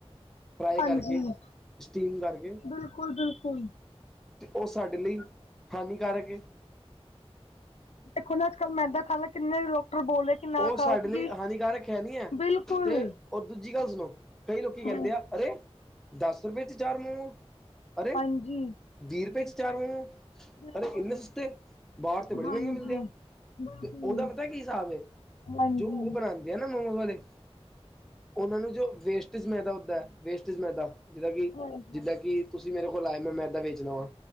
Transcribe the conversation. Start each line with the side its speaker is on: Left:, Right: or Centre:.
Centre: ਫਰਾਈ
Left: ਹਾਂਜੀ,
Centre: ਕਰਕੇ ਸਟੀਮ ਕਰਕੇ
Left: ਬਿਲਕੁਲ ਬਿਲਕੁਲ।
Centre: ਤੇ ਉਹ ਸਾਡੇ ਲਈ ਹਾਨੀਕਾਰਕ ਏ।
Left: ਦੇਖੋ ਨਾ ਅਜ-ਕੱਲ ਮੈਦਾ ਖਾਵ ਕਿੰਨੇ ਡਾਕਟਰ ਬੋਲ ਕਿ ਨਾ
Centre: ਉਹ
Left: ਖਾਓ
Centre: ਸਾਡੇ
Left: ਕਿਉਂਕਿ
Centre: ਲਈ ਹਾਨੀਕਾਰਕ ਹੈ ਨਹੀਂ ਹੈ
Left: ਬਿਲਕੁਲ,
Centre: ਤੇ ਔਰ ਦੂਜੀ ਗੱਲ ਸੁਣੋ ਕਈ ਲੋਕੀ ਕਹਿੰਦੇ
Left: ਹਾਂਜੀ,
Centre: ਆ ਅਰੇ ਦਸ ਰੁਪਏ 'ਚ ਚਾਰ ਮੋਮੋ ਅਰੇ
Left: ਹਾਂਜੀ
Centre: ਵੀਹ ਰੁਪਏ 'ਚ ਚਾਰ ਮੋਮੋ
Left: ਬਿਲਕੁਲ,
Centre: ਅਰੇ ਇੰਨੇ ਸਸਤੇ ਬਾਹਰ ਤੇ ਬੜੇ
Left: ਹਾਂਜੀ।
Centre: ਮਹਿੰਗੇ ਮਿਲਦੇ ਆ।
Left: ਬਿਲਕੁਲ,
Centre: ਤੇ ਉਹਦਾ ਪਤਾ ਕੀ ਹਿਸਾਬ ਹੈ
Left: ਹਾਂਜੀ, ਹਾਂਜੀ,
Centre: ਜੋ ਉਹ
Left: ਹਾਂਜੀ।
Centre: ਬਣਾਂਦੇ ਆ ਨਾ ਮੋਮੋਸ ਵਾਲੇ ਉਹਨਾਂ ਨੂੰ ਜੋ ਵੇਸਟ ਕਿਸ ਬੇਸ ਦਾ ਹੁੰਦਾ ਵੇਸਟ ਚ ਮੈਦਾ ਜਿਹੜਾ ਕਿ
Left: ਹਾਂਜੀ, ਹਾਂਜੀ,
Centre: ਜਿੱਦਾਂ ਕਿ। ਤੁਸੀਂ ਮੇਰੇ ਕੋਲ ਆਏ, ਮੈਂ ਮੈਂਦਾ ਵੇਚ ਦਵਾਂ